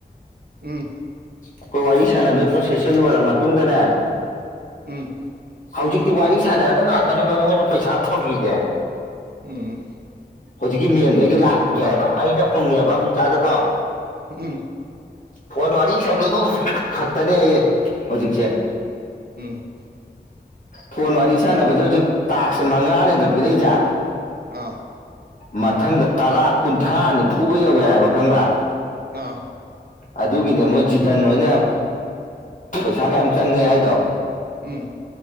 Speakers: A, on the right; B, on the left.
A: ꯎꯝ
B: ꯑꯩꯈꯣꯏ ꯋꯥꯔꯤ ꯁꯥꯟꯅꯕꯩ ꯄ꯭ꯔꯣꯁꯦꯁꯁꯦ ꯂꯣꯏꯔ ꯃꯇꯨꯡꯗꯅꯦ
A: ꯎꯝ
B: ꯍꯧꯖꯤꯛꯇꯤ ꯋꯥꯔꯤ ꯁꯥꯟꯅꯔꯒ ꯉꯥꯛꯇꯅꯦ ꯃꯦ ꯃꯣꯏꯅ ꯄꯩꯁꯥ ꯐꯪꯉꯤꯁꯦ
A: ꯎꯝ
B: ꯍꯧꯖꯤꯛꯀꯤ ꯃꯦꯟꯕꯩꯗꯣ ꯂꯥꯛꯇꯔꯤ ꯍꯥꯏꯕ ꯑꯩꯅ ꯍꯪꯉꯦꯕ ꯄꯕꯨꯡꯆꯥꯗꯀꯣ
A: ꯎꯝ
B: ꯐꯣꯟ ꯋꯥꯔꯤ ꯁꯝꯅꯕ ꯈꯛꯇꯅꯦꯌꯦ ꯍꯧꯖꯤꯛꯁꯦ
A: ꯎꯝ
B: ꯐꯣꯟ ꯋꯥꯔꯤ ꯁꯥꯟꯅꯕꯁꯦ ꯍꯧꯖꯤꯛ ꯇꯥꯁ꯭ꯀ ꯃꯉꯥꯅꯤꯗꯅ ꯄꯤꯔꯛꯏꯖꯦ
A: ꯑꯥ
B: ꯃꯊꯪꯗ ꯇꯔꯥ ꯀꯨꯟꯊ꯭ꯔꯥ ꯅꯤꯐꯨꯒ ꯌꯧꯋꯦ ꯍꯥꯏꯕ ꯈꯪꯕ꯭ꯔꯥ
A: ꯑꯥ
B: ꯑꯗꯨꯒꯤꯅꯦ ꯃꯣꯏ ꯖꯤꯇꯥꯟ ꯍꯣꯏꯅ ꯄꯩꯁꯥ ꯃꯌꯥꯝ ꯆꯪꯉꯦ ꯍꯥꯏꯗꯣ
A: ꯎꯝ